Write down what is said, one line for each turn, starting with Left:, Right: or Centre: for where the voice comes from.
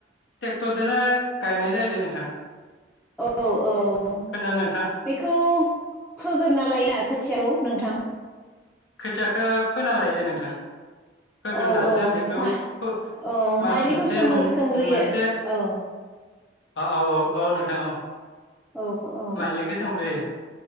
Left: टेक्टरदोनो गायनाय जायो दे नोंथां
Centre: औ औ
Left: खोन्थादों नोंथां?
Centre: बेखौ फोग्रोना लायोना खोथिआखौ नोंथां
Left: खोथियाखौ फोना लायो दे नोंथां फोग्रोनासो
Centre: औ औ
Left: बेखौ
Centre: मा
Left: फो
Centre: औ
Left: मास
Centre: माइलिखौ
Left: मोनसे
Centre: सोमो
Left: मोन-मोनसे
Centre: सोमग्रोयो औ
Left: औ औ औ औ नोंथां औ
Centre: औ औ
Left: माइलिखो सोमग्रोयो